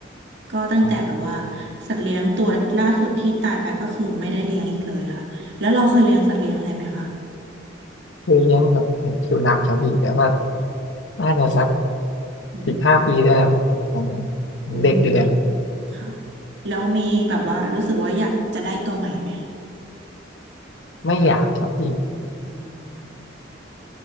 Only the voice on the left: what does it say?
อ๋อ
เคยเลี้ยงแบบไอ้สุนัขครับพี่แต่ว่าน่าจะสัก
สิบห้าปีได้แล้วครับตอนนั้น
เด็กอยู่เลยครับ
ไม่อยากครับพี่